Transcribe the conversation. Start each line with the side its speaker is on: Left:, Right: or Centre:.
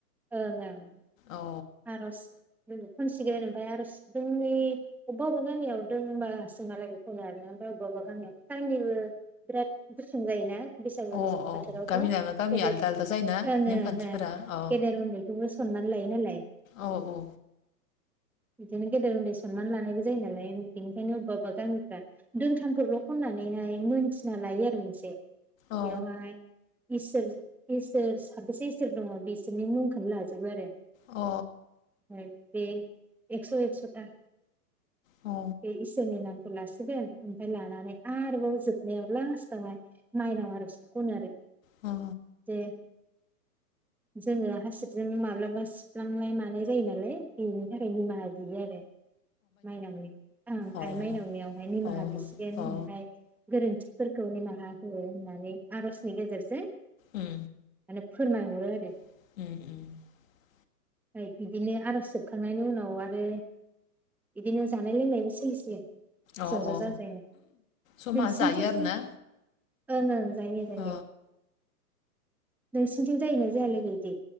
Centre: ओ ओं
Left: औ
Centre: आर'ज खनसिगोन ओमफाय आर'ज दोंनै बबबा बबबा गामियाव दोंबासिम हालागै खनो आरो ना अबबा‌ अबबा गामियाव टाइमनिबो बिराद गुसुं जायोना। बैसागो
Left: अ अ
Centre: बोथोरावथ'
Left: गामि लाना गामि
Centre: गेदेर
Left: आलदा आलदा जायोना
Centre: <inaudible>
Left: नेमखान्थिफोरा अ
Centre: गेदेर उन्दैखौबो सनमान लायो नालाय
Left: औ औ
Centre: बिदिनो गेदेर उन्दै सनमान लानायबो जायो नालाय बेनिखायनो अबबा अबबा गामिफ्रा दोंथामफोरल' खननानैहाय मोनथिना लायो आरो मोनसे बेयावहाय
Left: अ
Centre: इसोर इसोर साबेसे इसोर दङ बिसोरनि मुंखोनो लाजोबो आरो
Left: अ
Centre: बे एकस' एकस' था
Left: अ
Centre: बे इसोरनि नाम <unintelligible> ओमफाय लानानै आरबाव जोबनायाव लास्टावहाय माइनाव आरो खनो आरो
Left: अ
Centre: दे जोङो हासिबजों माब्लाबा सिथला थांनाय मानाय जायो नालाय बेनि थाखाय निमाहा बियो आरो माइनावनियाव
Left: अ
Centre: आइ माइनावनियावहाय निमाहा
Left: अ
Centre: बिसिगोन
Left: अ
Centre: ओमफ्राय गोरोन्थि फोरखौ निमाहा होयो होननानै आर'जनि गेजेरजों
Left: उम
Centre: माने फोरमायहरो आरो
Left: <inaudible>
Centre: ओमफ्राय इदिनो आर'ज जोबखांनायनि उनाव आरो बिदिनो जानाय लोंनायबो सोलि सिगन
Left: अ
Centre: ज' ज'
Left: अ
Centre: जाजायनो
Left: जमा
Centre: नोंसिनिथिं
Left: जायो आरोना
Centre: ओं ओं जायो-जायो।
Left: अ
Centre: नोंसिनिथिं जायोना जाया लोगो इदि?